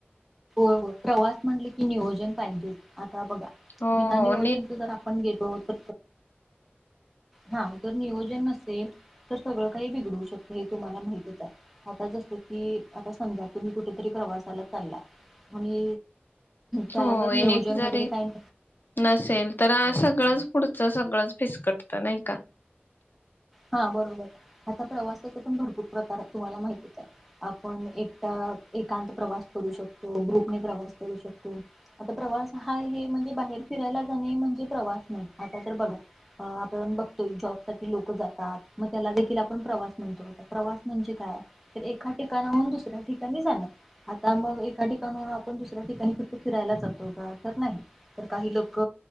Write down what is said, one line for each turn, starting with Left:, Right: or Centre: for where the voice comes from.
Centre: हो होय प्रवास म्हणलं की नियोजन पाहिजे आ ता बघा
Left: हो हो
Centre: विना नियोजन जर आपण गेलोत हां जर नियोजन नसेल तर सगळं काही बिघडू शकतं हे तुम्हाला माहितच आहे. आता जसं की आता समजा तुम्ही कुठेतरी प्रवासाला चाललाय आणि त्याला
Left: हो
Centre: जर नियोजन
Left: एक जरी
Centre: वगैरे काही
Left: नसेल तर आ सगळंच पुढचं सगळंच फिसकटत नाही का?
Centre: हा बरोबर आता प्रवासाचा पण भरपूर प्रकार तुम्हाला माहतीच आहे. आपण एकट एकांत प्रवास करू शकतो, ग्रुपने प्रवास करू शकतो. आता प्रवास हा हे म्हणजे बाहेर फिरायला जाणे म्हणजे प्रवास नाही. आता तर बघा, आपण बघतोय जॉब साठी लोक जात तात मग त्याला देखील आपण प्रवास म्हणतो. आता प्रवास म्हणजे काय? तर एका ठिकाणाहून दुसऱ्या ठिकाणी जानं आता मग एका ठिकाणाहून आपण दुसऱ्या ठिकाणी फक्त फिरायला जातो का? तर नाही. तर काही लोक